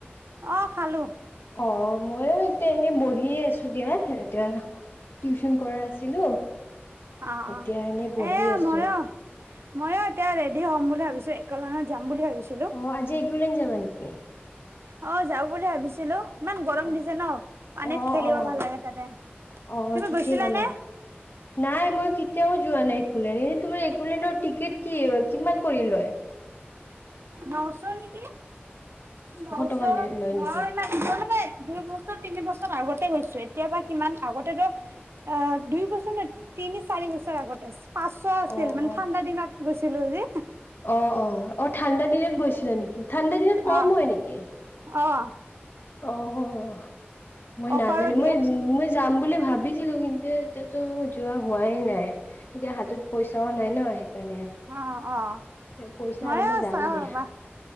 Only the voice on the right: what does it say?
অ খালো
অ'
এয়া
মইও মইও এতিয়া দে হ'ম বুলি ভাবিছো একেল মানত যাম বুলি ভাবিছিলো।
অ' যাও বুলি ভাবিছিলো। ইমান গৰম
দিছে ন পানীত
খেলিব
ভাল লাগে তাতে।
তুমি
গৈছিলানে?
নশ নি নশ
ন
<unintelligible> দুই বছৰ তিনি বছৰ আগতে গৈছো এতিয়া বা কিমান আগতেতো অ', দুই বছৰ ন তিনি চাৰি বছৰ আগতে পাঁচশ আছিল
মানে
ঠাণ্ডা দিনত গৈছিলো যে
অ
অ',
অফাৰো
দিয়ে।
অ', অ'
ময়ো
চাওঁ
ৰ'বা